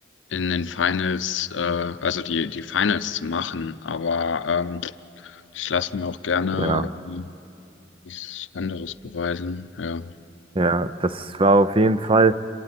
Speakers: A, on the left (about 80°); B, on the right (about 30°).
A: in den Finals, äh, also die, die Finals zu machen. Aber ähm, ich lasse mir auch gerne
B: ja,
A: ähm, was anderes beweisen, ja.
B: ja, das war auf jeden Fall